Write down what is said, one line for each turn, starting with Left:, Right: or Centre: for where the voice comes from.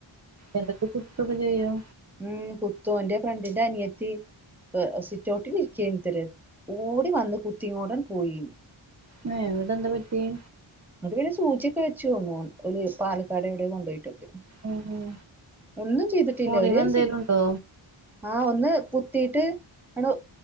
Right: എന്തൊക്കെ കുത്തൊക്കെ ചെയ്യോ
Centre: ഉം കുത്തു എന്റെ ഫ്രണ്ടിന്റെ അനിയത്തി സിറ്റ ഔട്ടിൽിരിക്ക തര ഓടി വന്ന് കുത്തിങ്ങോടൻ പോയി
Right: ഏയ് എന്നിട്ട് എന്താ പറ്റിയെ
Centre: അങ്ങട്ട് പിന്നെ സൂചിയൊക്കെ വെച്ചച്ച് ഒരു പാലക്കാട് എവിടെയ കൊണ്ടപോയിട്ടൊക്കെ
Right: ഉം
Centre: ഒന്നും ചെയ്തിട്ടില്ല
Right: മുറിവ്
Centre: ഒരുര്
Right: എന്തേലും
Centre: സി
Right: ഉണ്ടോ
Centre: ആഹ് ഒന്ന് കുത്തിയിട്ട് ആണ്